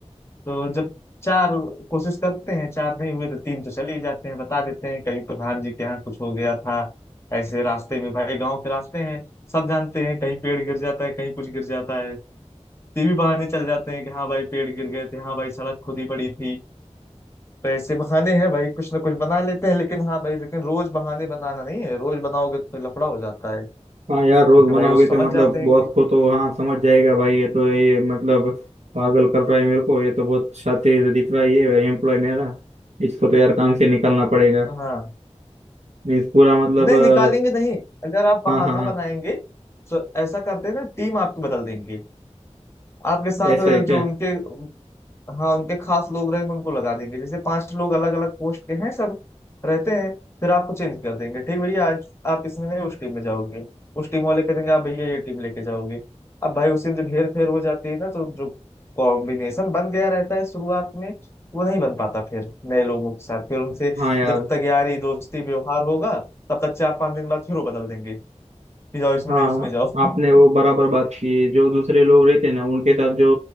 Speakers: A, on the left; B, on the right.
A: तो जब चार कोशिश करते हैं चार नहीं हुए तो तीन तो चले ही जाते हैं बता देते हैं कहीं प्रधान जी के यहाँ कुछ हो गया था ऐसे रास्ते में भाई गांव के रास्ते हैं सब जानते हैं कहीं पेड़ गिर जाता है कहीं कुछ गिर जाता है तो ये भी बहाने चल जाते हैं कि हाँ भाई पेड़ गिर गए थे हाँ भाई सड़क खुदी पड़ी थी तो ऐसे बहाने हैं भाई कुछ ना कुछ बना लेते हैं लेकिन हाँ भाई लेकिन रोज बहाने बनाना नहीं है रोज बनाओगे तो लफड़ा हो जाता है
B: हाँ यार
A: क्योंकि
B: रोज बनाओगे
A: भाई वो समझ
B: तो मतलब
A: जाते हैं
B: बॉस
A: कि
B: को तो हाँ समझ जाएगा भाई ये तो ये मतलब पागल कर रहा है मेरे को ये तो बहुत शातिर दिख रहा है ये एम्प्लॉय मेरा इसको तो यार काम से निकालना पड़ेगा
A: हाँ
B: मीन्स पूरा मतलब
A: नहीं
B: अ,
A: निकालेंगे नहीं अगर आप बहाना
B: हाँ हाँ हाँ
A: बनाएंगे तो ऐसा करते हैं ना टीम आपको बदल देंगे आपके साथ
B: ऐसा है क्या
A: जो उनके हाँ उनके खास लोग रहेंगे उनको लगा देंगे जैसे पांच लोग अलग अलग पोस्ट के हैं सब रहते हैं फिर आपको चेंज कर देंगे ठीक भैया आज आप इसमें नहीं उस टीम में जाओगे उस टीम वाले कहेंगे आप भैया ये टीम लेके जाओगे अब भाई उसी में जब हेर फेर हो जाती है ना तो जो कॉम्बिनेशन बन गया रहता है शुरुआत में वो नहीं बन पाता फिर नए लोगों के साथ फिर उनसे
B: हाँ यार
A: जब तक यारी दोस्ती व्यवहार होगा तब तक चार पांच दिन बाद फिर वो बदल देंगे कि जाओ इसमें
B: हाँ
A: नहीं उसमें जाओ
B: आपने
A: <laughs>
B: वो बराबर बात की है। जो दूसरे लोग रहते हैं ना उनके साथ जो